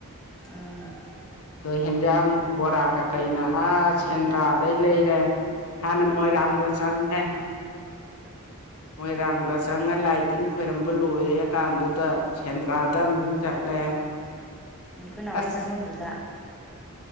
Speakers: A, in the centre; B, on the left.
A: <unintelligible>
B: ꯑꯗꯣ ꯍꯦꯟꯖꯥꯡ ꯕꯣꯔꯥ ꯀꯀꯩꯅ ꯑ ꯁꯦꯟꯗ꯭ꯔꯥꯗꯩ ꯂꯩꯔꯦ ꯍꯥꯟꯅ
A: ꯎꯝ
B: ꯃꯣꯏꯔꯥꯡꯗ ꯆꯪꯉꯦ ꯃꯣꯏꯔꯥꯡꯗ ꯆꯪꯉ ꯂꯥꯏ ꯇꯤꯟ ꯈꯣꯏꯔꯝꯕ ꯂꯣꯏꯔꯦ ꯀꯥꯟꯗꯨꯗ ꯁꯦꯟꯗ꯭ꯔꯥꯗ ꯑꯃꯨꯛ ꯆꯠꯂꯦ
A: ꯎꯝ ꯈꯣꯏꯅꯥꯎꯒꯤ
B: ꯑꯁ
A: ꯆꯪꯕꯝꯗꯨꯗ